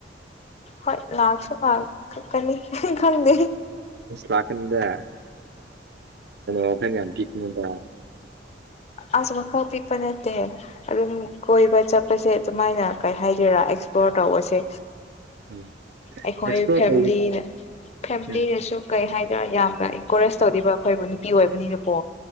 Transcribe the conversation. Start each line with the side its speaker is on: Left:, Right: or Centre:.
Left: ꯍꯣꯏ ꯂꯥꯛꯁꯨ ꯂꯥꯛꯀꯛꯀꯅꯤ ꯈꯪꯗꯦ
Right: ꯂꯥꯛꯀꯅꯤꯗ ꯋꯥꯈꯜ ꯌꯥꯝ ꯄꯤꯛꯅꯨꯗ
Left: ꯑꯁ ꯋꯥꯈꯜ ꯄꯤꯛꯄ ꯅꯠꯇꯦ ꯑꯗꯨꯝ ꯀꯣꯏꯕ ꯆꯄ ꯄꯁꯦ ꯑꯗꯨꯃꯥꯏꯅ ꯀꯩ ꯍꯥꯏꯗꯣꯏꯔꯥ ꯑꯦꯛꯁꯄ꯭ꯂꯣꯔ ꯇꯧꯕꯁꯦ
Right: ꯎꯝ
Left: ꯑꯩꯈꯣꯏ
Right: ꯑꯦꯛꯁꯄ꯭ꯂꯣꯔ
Left: ꯐꯦꯝꯂꯤꯅ
Right: ꯇꯧ
Left: ꯐꯦꯝꯂꯤꯅꯁꯨ
Right: ꯎꯝ
Left: ꯀꯩ ꯍꯥꯏꯗꯔꯥ ꯌꯥꯝꯅ ꯏꯟꯀꯣꯔꯦꯖ ꯇꯧꯔꯤꯕ ꯑꯩꯈꯣꯏꯕꯨ ꯅꯨꯄꯤ ꯑꯣꯏꯕꯅꯤꯅꯀꯣ